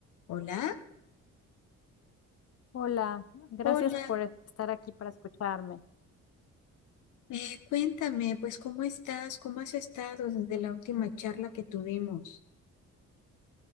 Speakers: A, on the left; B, on the left.
A: Hola,
B: Hola, gracias
A: hola.
B: por estar aquí para escucharme.
A: Eh, cuéntame, pues, ¿cómo estás? ¿Cómo has estado desde la última charla que tuvimos?